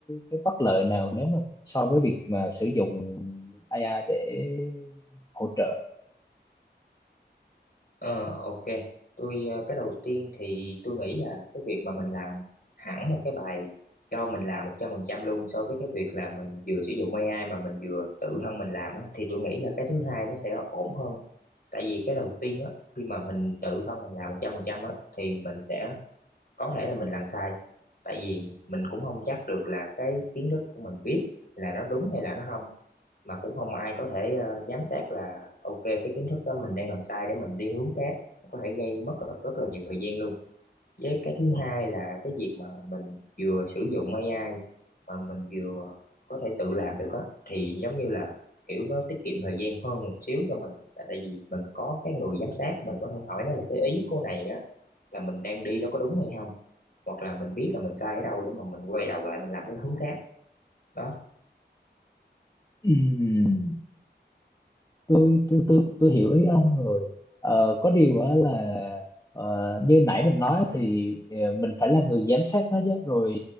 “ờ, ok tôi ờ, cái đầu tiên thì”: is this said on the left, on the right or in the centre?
Left